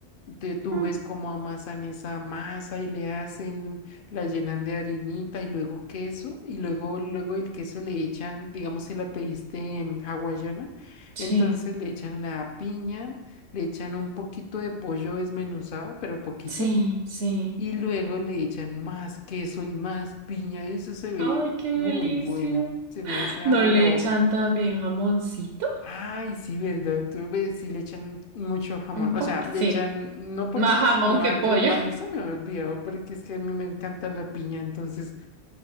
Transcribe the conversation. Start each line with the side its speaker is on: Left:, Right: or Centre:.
Left: Te- tú
Right: Mm,
Left: ves cómo amasan esa masa y le hacen, la llenan de harinita y luego queso y luego, luego el queso le echan, digamos si la pediste em, hawaiana,
Right: Sí,
Left: entonces le echan la piña, le echan un poquito de pollo desmenuzado, pero poquito
Right: sí, sí.
Left: y luego le echan más queso y más piña. y Eso se ve
Right: Ay, qué delicia.
Left: muy bueno. Se me hace agua
Right: ¿No le
Left: la boca.
Right: echan también jamoncito?
Left: Ay, sí, ¿verdad? Tú ves, sí le echan mucho jamón.
Right: Un poco,
Left: O sea, le
Right: sí.
Left: echan no poquito,
Right: Más jamón
Left: sino
Right: que
Left: harto.
Right: pollo.
Left: A
Right: <laughs>
Left: mí se me había olvidado, porque es que a mí me encanta la piña. Entonces,